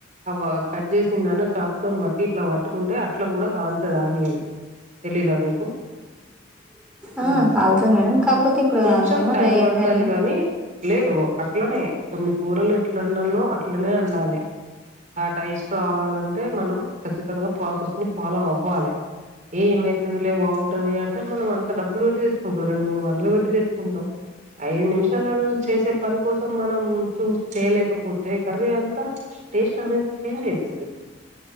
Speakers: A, on the right; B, in the centre.
A: అవ కట్ చేసిన దాన్ని చా క్తోని పట్టి ఇట్ట పట్టుకుంటే అట్ల కూడా కాలుతాది ఆనీయను తెలీదా మీకు హ్మ్
B: ఆ కాలుతది మేడం కాపోతే ఇప్పుడు
A: కొంచెం
B: కాద్ద అట్లా
A: టైం పడుతది
B: ఎసేర్లే
A: గాని లేదు అట్లనే కొన్ని కూరలు ఎట్లా వండాల్నో అట్లనే వండాలి ఆ టైస్ట్ రావాలంటే మనం ఖచ్చితంగా ప్రాసెస్ని ఫాలో అవ్వాలే ఏమైతదిలే బావుంటది అంటే మనం అంత డబ్బులు తెచ్కుంటాం రెండు మూడు వందలు పెట్టి తెచ్చుకుంటాం ఐదు నిమిషాలల్ చేసే పని కోసం మనం చూ చేయలేకపోతే కర్రీ అంతా టేస్ట్ అనేది చేంజ్ అయిపోతది